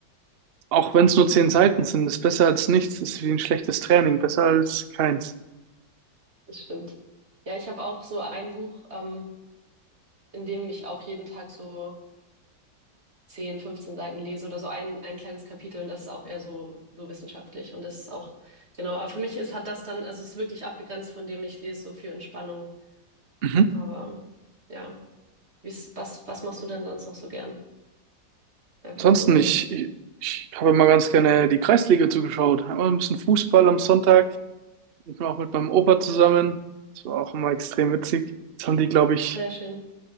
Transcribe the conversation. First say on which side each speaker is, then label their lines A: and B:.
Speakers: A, on the right (about 70°); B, on the right (about 35°).
A: auch wenn es nur zehn Seiten sind, ist besser als nichts, ist wie ein schlechtes Training, besser als keins.
B: das stimmt. Ja, ich habe auch so ein Buch, ähm, in dem ich auch jeden Tag so 10, 15 Seiten lese oder so ein, ein kleines Kapitel und das ist auch eher so, so wissenschaftlich und das ist auch, genau, aber für mich ist, hat das dann, also es ist wirklich abgegrenzt von dem ich lese, so für Entspannung.
A: Mhm.
B: Aber ja, wie's, was, was machst du denn sonst noch so gern? Einfach
A: Ansonsten,
B: so eine,
A: ich, ich ich habe immer ganz gerne die Kreisliga zugeschaut. Einmal ein bisschen Fußball am Sonntag. Ich war auch mit meinem Opa zusammen. Das war auch immer extrem witzig. Jetzt haben die, glaube ich,
B: sehr schön.